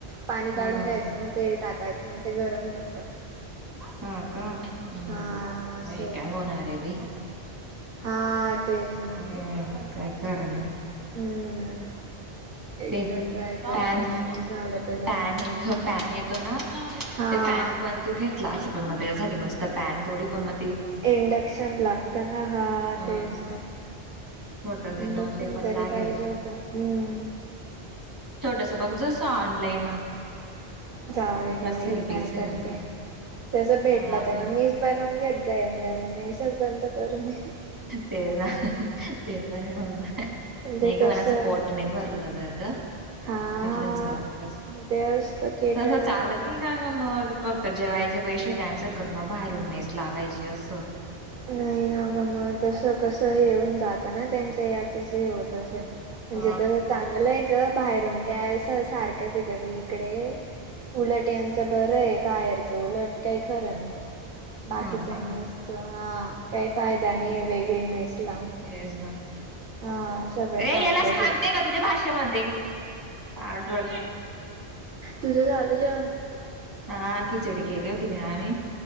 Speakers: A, on the right; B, on the right.
A: पाणी
B: हम्म
A: काढून घ्यायचं मग तेल टाकायचं मग ते गरम होतं.
B: हा का हं
A: हा असं आहे
B: काय
A: ते
B: होणार आहे बाई
A: हा तेच ना.
B: हं काय. खरं नाही.
A: हम्म. एकदा
B: ते
A: ट्राय करावं
B: पॅन
A: लागेल झालं तर झालं.
B: पॅन येत पॅन येतो ना
A: हा
B: ते पॅन पण तू घेतला अस पण मग त्याच्यासाठी नुसत पॅन थोडी पण म
A: इंडक्शन लागत ना हा
B: अ
A: तेच ना.
B: छोट घेत
A: इंडक्शन
B: मग ते पण
A: तरी
B: लागेल
A: पाहिजे होत हंम्म.
B: छोटस बघजो अस ऑनलाईन
A: जाऊ दे गं
B: असेल
A: बाई
B: बिसेल
A: काय करते तस भेटला
B: आपण
A: तर मग मीच बनवून घेत जाईल मेसच बंद करून देईल.
B: तेच ना ते पण ये म्हणा नाही
A: म्हणजे कसं
B: ग पण असं पोट ने भरल तर गं.
A: हा.
B: तसं
A: मग ते असतं केटल
B: चालत
A: मध्ये
B: नाही का ग मग फक्त जेवायचे पैसे कॅन्सल कर मग बाहेरून मेस लावायची असं.
A: नाही ना गं मग तसं कसं हेऊन जातं ना त्यांच याचच हे होत असेल. म्हणजे
B: ह
A: तस चांगलं आहे ग बाहेरून काय आहेस सारखंच आहे ग बाई इकडे. उलट यांचं बरं आहे बाहेरच उलट काही खरं नाही. बाकीच्या
B: हा ना
A: मेस हा काही फायदा नाही आहे वेगळी मेस लावून.
B: तेज ना.
A: हा. सगळं
B: ए
A: सारखंच
B: याला सांगते
A: आहे.
B: का तुझ्या भाषेमध्ये पागल.
A: तुझं झालं जेवण.
B: हा खिचडी केले होतीव आम्ही